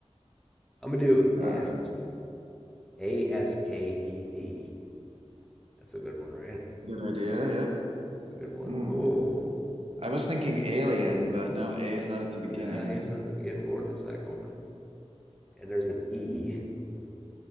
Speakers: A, in the centre; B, on the right.
A: I'm gonna do
B: uh,
A: asked. A S K E D. That's a good one, right?
B: good idea. Yep.
A: That's a good one.
B: Mm.
A: Oh,
B: I was thinking alien, but no, A is not at the
A: no,
B: beginning.
A: it's not the beginning or the second one. And there's an E.